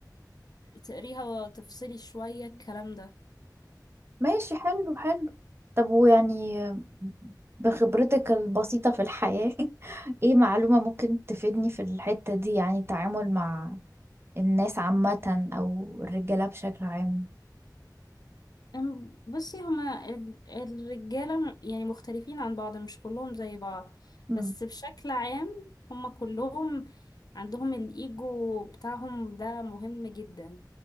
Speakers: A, on the left (about 65°); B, on the right (about 35°).
A: تقريها وتفصلي شوية الكلام ده
B: ماشي حلو حلو طب ويعني بخبرتك البسيطة في الحياة <laughs> ايه معلومة ممكن تفيدني في الحتة دي يعني التعامل مع الناس عامة او الرجالة بشكل عام
A: أم- بصي هما ال- الرجالة م- يعني مختلفين عن بعض مش كلهم زي بعض
B: امم
A: بس بشكل عام هما كلهم عندهم الإيجو بتاعهم ده مهم جدا